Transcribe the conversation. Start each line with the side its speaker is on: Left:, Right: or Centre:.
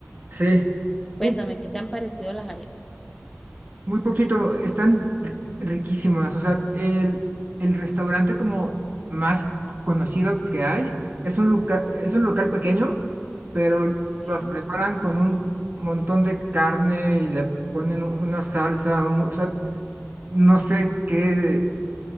Right: sí,
Centre: Cuéntame,
Right: un
Centre: ¿qué te han parecido las arepas?
Right: Muy poquito, están ri- riquísimas. O sea, el, el restaurante como más conocido que hay es un loca- es un local pequeño, pero
Centre: Ok.
Right: las preparan con un montón de carne y le ponen una salsa. mu- O sea, no sé qué